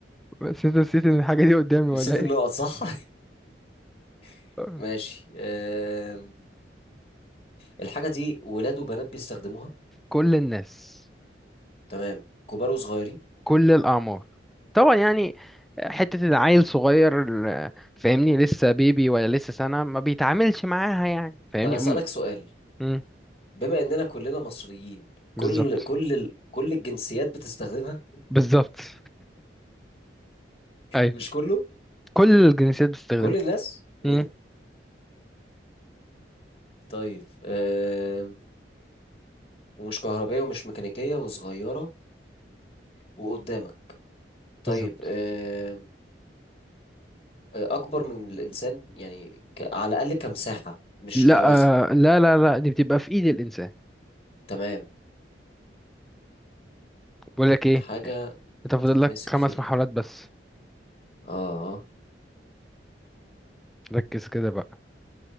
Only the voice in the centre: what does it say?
بس انت نسيت ان الحاجه دي قدامي ولا
ايه
<laughs>
كل الناس
كل الأعمار طبعا يعني حتة العيل صغير فاهمني لسه بيبي ولا لسه سنة ما بيتعاملش معاها يعني فاهمني
مم.
بالظبط
بالظبط <laughs> ايوه
كل الجنسيات بتستخدمها
مم.
بالظبط
لا
آه، لا لا لا دي بتبقى في ايد الانسان
بقول لك ايه
انت
فاضل لك خمس
محاولات بس
ركز كده بقى